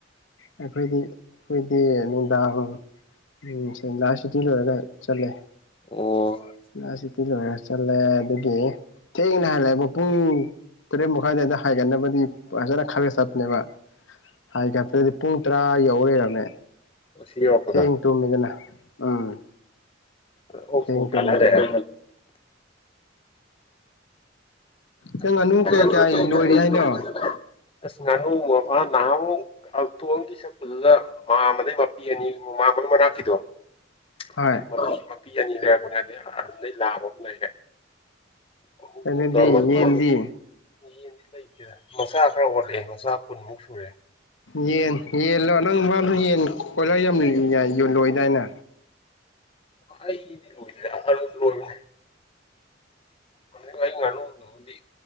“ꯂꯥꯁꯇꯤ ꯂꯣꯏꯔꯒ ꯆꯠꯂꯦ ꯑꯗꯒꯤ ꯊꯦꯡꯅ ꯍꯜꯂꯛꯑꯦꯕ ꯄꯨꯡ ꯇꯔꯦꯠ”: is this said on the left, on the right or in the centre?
Left